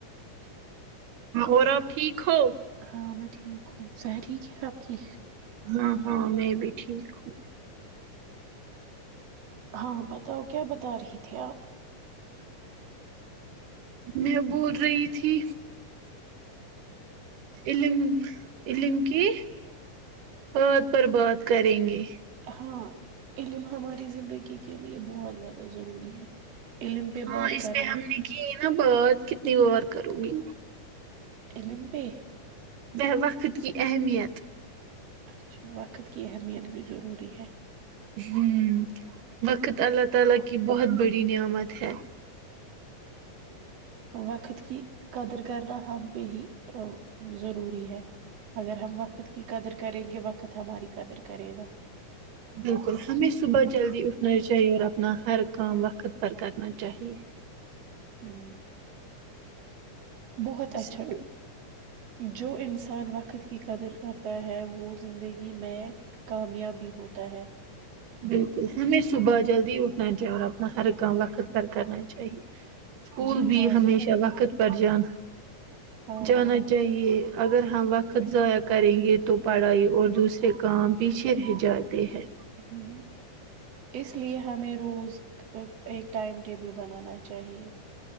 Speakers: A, on the right; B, on the right.
A: اور آپ ٹھیک ہو
B: ہاں میں ٹھیک ہوں سہر ٹھیک ہے آپ کی
A: ہاں ہاں میں بھی ٹھیک ہوں
B: ہاں بتاؤ کیا بتا رہی تھے آپ
A: میں بول رہی تھی علم علم کی بات پر بات کریں گے
B: ہاں علم ہماری زندگی کے لیے بہت زیادہ ضروری ہے علم پہ
A: ہاں
B: بات
A: اس
B: کرنا
A: پہ ہم نے کی نا بات کتنی بار کروں گی
B: علم پہ
A: ب وقت کی اہمیت
B: اچھا وقت کی اہمیت بھی ضروری ہے
A: ہمم وقت اللہ تعالی کی بہت بڑی نعمت ہے
B: وقت کی قدر کرنا ہم پہ ہی ضروری ہے اگر ہم وقت کی قدر کریں گے وقت ہماری قدر کرے گا
A: بالکل ہمیں صبح جلدی اٹھنا چاہیے اور اپنا ہر کام وقت پر کرنا چاہیے
B: ہوں بہت
A: اسکو-
B: اچھے جو انسان وقت کی قدر کرتا ہے وہ زندگی میں کامیاب بھی ہوتا ہے
A: بالکل ہمیں صبح جلدی اٹھنا چاہیے اور اپنا ہر کام وقت پر کرنا چاہیے اسکول
B: جی
A: بھی
B: ہاں اسکول
A: ہمیشہ وقت پر جان
B: ہاں
A: جانا
B: ہاں
A: چاہیے اگر ہم وقت ضائع کریں گے تو پڑھائی اور دوسرے کام پیچھے رہ جاتے ہیں
B: تھیک اس لیے ہمیں روز ایک ٹائم ٹیبل بنانا چاہیے